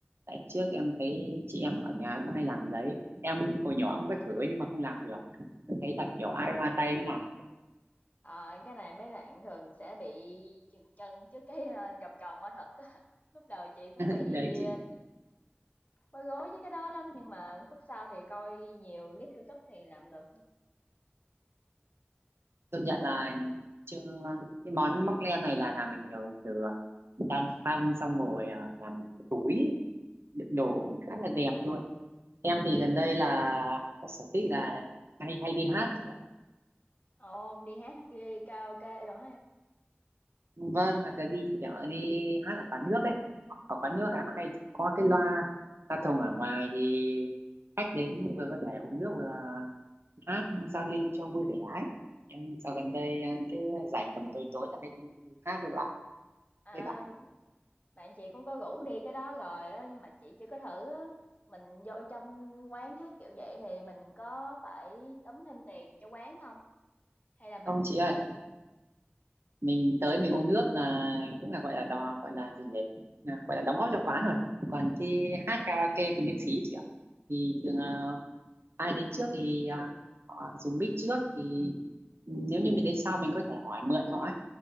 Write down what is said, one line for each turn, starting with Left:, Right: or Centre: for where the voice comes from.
Right: Tại trước em thấy chị em ở nhà cũng hay làm đấy. Em hồi nhỏ cũng có thử nhưng mà không làm được. Em thấy là kiểu ai hoa tay mới làm.
Left: Ờ, cái này mấy bạn thường sẽ bị chừng chân trước cái ờ, vòng tròn mở thật á. <laughs> Lúc đầu chị cũng bị
Right: <laughs> Đấy chị.
Left: ờ, bối rối với cái đó lắm nhưng mà khúc sau thì coi nhiều clip YouTube thì làm được.
Right: công nhận là chưa cái món móc len này là làm được nhiều từ đan phân xong rồi à, làm túi đựng đồ khá là đẹp luôn em thì gần đây là có sở thích là hay hay đi hát chị ạ
Left: Ồ, đi hát đi karaoke rồi hả? em?
Right: vâng hoặc là đi kiểu đi hát ở quán nước ấy ở quán nước là hay có cái loa loa thùng ở ngoài thì khách đến vừa có thể uống nước vừa hát giao lưu cho vui vẻ ấy. em dạo gần đây à, cứ rảnh tầm tối tối là hay đi hát với bạn
Left: À,
Right: với bạn
Left: Bạn chị cũng có rủ đi cái đó rồi á, nhưng mà chị chưa có thử á. Mình vô trong quán hát kiểu vậy thì mình có phải đóng thêm tiền cho quán không Hay là mình
Right: ông chị
Left: chỉ
Right: ơi mình tới mình uống nước à, cũng là gọi là đò gọi là gì nhỉ À, gọi là đóng góp cho quán rồi còn khi hát karaoke thì miễn phí chị ạ thì thường à, ai đến trước thì à, họ dùng mic trước thì nếu như mình đến sau mình có thể hỏi mượn họ ấy.